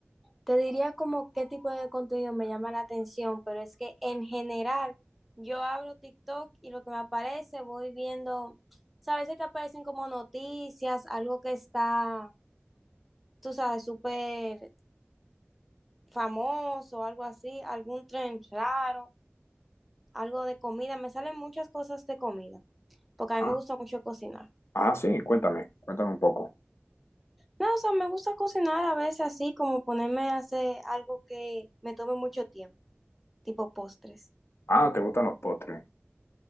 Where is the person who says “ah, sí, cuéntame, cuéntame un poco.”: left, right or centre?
Left